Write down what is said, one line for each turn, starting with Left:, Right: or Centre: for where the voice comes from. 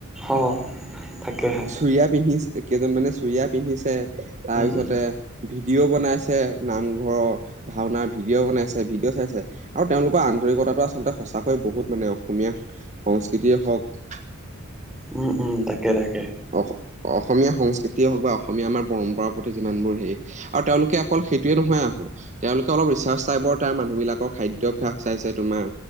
Centre: অ' থাকেহে।
Right: চুৰিয়া পিন্ধিছে কেইজন মানে চুুৰিয়া পিন্ধিছে তাৰপিছতে
Centre: উম উম
Right: ভিডিঅ' বনাইছে নামঘৰৰ। ভাওনাৰ ভিডিঅ' বনাইছে ভিডিঅ' চাইছে আৰু তেওঁলোকৰ আন্তৰিকতাটো আচলতে সঁচাকৈ বহুত মানে, অসমীয়া সংস্কৃতিয়ৰে হওক,
Centre: উম, উম ল, তাকে-তাকে।
Right: অ', অসমীয়া সংস্কৃতিয়ে হওক বা অসমীয়া আমাৰ পৰম্পৰাৰ প্ৰতি যিমানবোৰ হেই আৰু তেওঁলোকে অকল সেইটোৱে নহয় আহো, তেওঁলোকে অলপ ৰিচাৰ্চ টাইপৰ তাৰ মানুহ বিলাকৰ খাদ্যাভ্যাস চাইছে তোমাৰ